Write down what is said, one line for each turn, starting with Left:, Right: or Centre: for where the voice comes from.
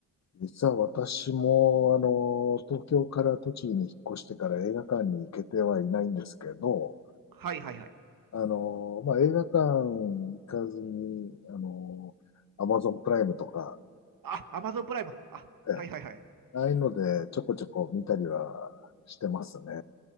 Left: 実は私も、あの、東京から栃木に引っ越してから映画館に行けてはいないんですけど、
Right: はいはいはい。
Left: あの、まあ、映画館行かずに、あの、アマゾンプライムとか、
Right: あ、アマゾンプライム。あ、
Left: ええ、
Right: はいはいはい。
Left: ああいうのでちょこちょこ見たりはしてますね。